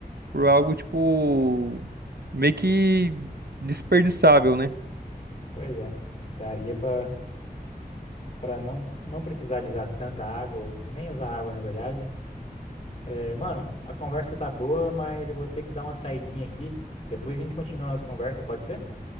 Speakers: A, on the right; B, on the left.
A: por algo, tipo, meio que desperdiçável, né?
B: Pois é. Daria para para não não precisar de usar tanta água ou nem usar água, na verdade. É, mano, a conversa tá boa, mas eu vou ter que dar uma saidinha aqui. Depois a gente continua a nossa conversa, pode ser?